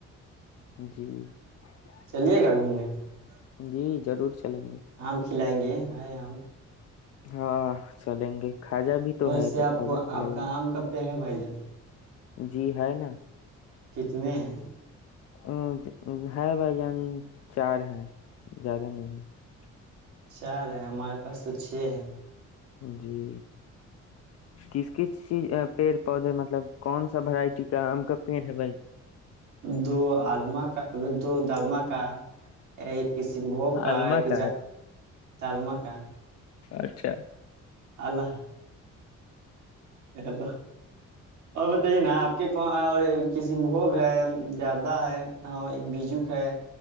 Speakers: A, on the left (about 55°); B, on the right (about 75°).
A: جی <unintelligible>
B: چلیے گا گھومنے <unintelligible>
A: جی ضرور <unintelligible> چلیں گے <unintelligible>
B: آم کھلائیں گے ہے آ ہم <unintelligible>
A: ہاں چلیں گے <unintelligible> تو
B: اور
A: ہے
B: اس سے
A: تو
B: آپ
A: کھاجا
B: کو
A: کھلائیے
B: آپ کا آم ک پہ ہے بھائی جان <unintelligible> ہ <inaudible>
A: جی ہے نا <unintelligible>
B: کتنے ہیں <unintelligible>
A: ا ہے بھائی جان چار ہے زیادہ نہیں <unintelligible>
B: چار ہے ہمارے پاس تو چھ ہے
A: جی کس کس چیز پیڑ پودے مطلب کون سا ورائٹی کا آم کا پیڑ ہے
B: دو آما کا دو ڈالمہ کا ایک کسیم بھوگ کا
A: آزما
B: ایک ج
A: ہے
B: تال مک
A: اچھا
B: اللہ توا اور بتائیے نا آپ کے کواں اور کسیم بھوگ ہے جردہ ہے ہاں ایک بیجوک ہے